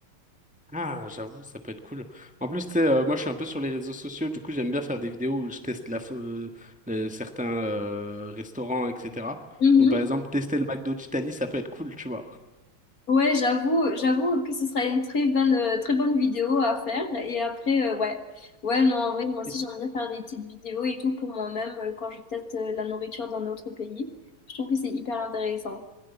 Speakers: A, in the centre; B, on the left.
A: Ah, j'avoue, ça peut être cool. En plus, tu sais, euh, moi je suis un peu sur les réseaux sociaux, du coup j'aime bien faire des vidéos où je teste la, fa- euh, le- certains euh, restaurants, etc.
B: Mhm.
A: Donc par exemple, tester le McDo d'Italie, ça peut être cool, tu vois.
B: Ouais, j'avoue, j'avoue que ce sera une très bonne, euh, très bonne vidéo à faire. Et après, euh, ouais. Ouais, non, en vrai, moi aussi,
A: <laughs>
B: j'aime bien faire des petites vidéos et tout pour moi-même euh, quand je teste euh, la nourriture dans notre pays. Je trouve que c'est hyper intéressant.